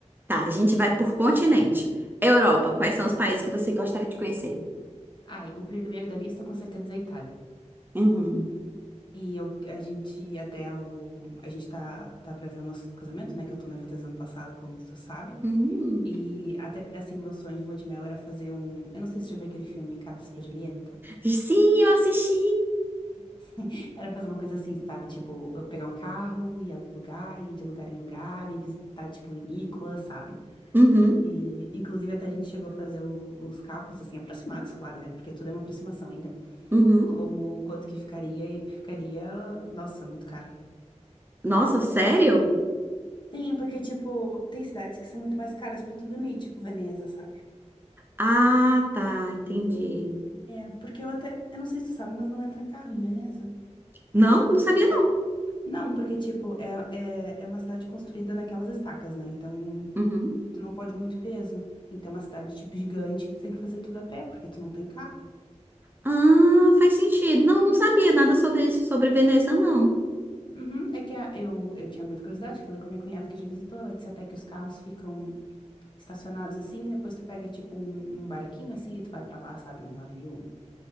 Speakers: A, on the right; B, on the left.
A: Tá, a gente vai por continente. Europa, quais são os países que você gostaria de conhecer?
B: Ai, o primeiro da lista com certeza é a Itália.
A: Uhum.
B: E eu, a gente até o, a gente tá, tá pra ver o nosso casamento, né? Que eu tô noiva desde o ano passado, como tu sabe.
A: Hum.
B: E até assim, o meu sonho de lua de mel era fazer um. Eu não sei se você já viu aquele filme Cartas pra Julieta.
A: Sim, eu assisti.
B: <laughs> Era fazer uma coisa assim, sabe? Tipo, eu pegar um carro, ir alugar, ir de lugar em lugar, e visitar, tipo, vinícola, sabe?
A: Uhum,
B: E, inclusive, até a gente chegou a fazer o- os cálculos, assim, aproximados, claro, né? Porque tudo é uma aproximação ainda.
A: uhum.
B: como quanto que ficaria e ficaria, nossa, muito caro.
A: Nossa, sério?
B: Sim, porque, tipo, tem cidades que são muito mais caras pra tu dormir, tipo Veneza, sabe?
A: Ah, tá, entendi.
B: É, porque eu até. Eu não sei se tu sabe, mas não entra carro em Veneza.
A: Não, não sabia não.
B: Não, porque, tipo, é, é, é uma cidade construída naquelas estacas, né? Então,
A: Uhum.
B: tu não pode muito peso. Então, é uma cidade, tipo, gigante que tu tem que fazer tudo a pé, porque tu não tem carro.
A: Ah, faz sentido. Não, não sabia nada sobre isso, sobre Veneza, não.
B: Uhum, é que a- eu, eu tinha muita curiosidade, falei com minha cunhada que já visitou, ela disse até que os carros ficam estacionados assim, e depois tu pega tipo um, um barquinho assim e tu vai pra lá, sabe? Um navio, um